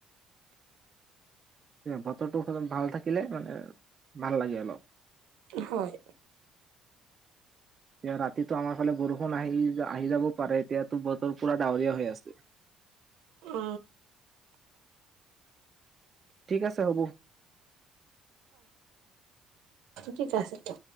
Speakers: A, on the right; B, on the right.
A: বতৰটো ভাল থাকিলে মানে ভাল লাগে অলপ।
B: হয়।
A: এতিয়া ৰাতিটো আমাৰ ফালে বৰষুণ আহি আহি যাব পাৰে এতিয়াতো বতৰ পুৰা ডাৱৰীয়া হৈ আছে।
B: উ।
A: ঠিক আছে হ'ব।
B: কি ক আছে তো।